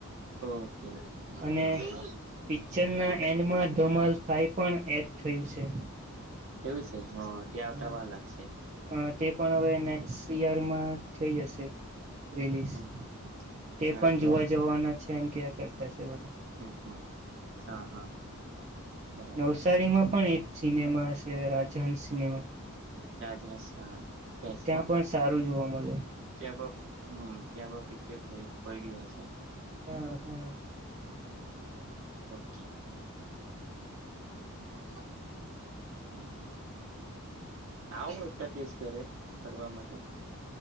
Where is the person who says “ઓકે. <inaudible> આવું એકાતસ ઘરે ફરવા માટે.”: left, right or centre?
Right